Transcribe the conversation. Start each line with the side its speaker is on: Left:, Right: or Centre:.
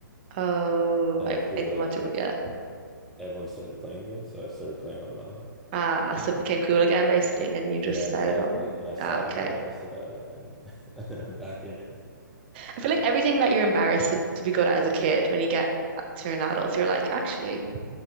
Right: Oh,
Centre: and
Right: I,
Centre: I feel
Right: I didn't
Centre: like,
Right: watch it,
Centre: like
Right: but yeah.
Centre: everyone started playing again, so I started playing online.
Right: Ah, so it became cool again, basically, and then you just
Centre: Yeah,
Right: started
Centre: exactly,
Right: on it.
Centre: and I stopped
Right: Ah, okay.
Centre: being embarrassed about it, and <laughs> and I'm back in.
Right: I feel like everything that you're embarrassed to, be good at as a kid, when you get to an adult, you're like, actually,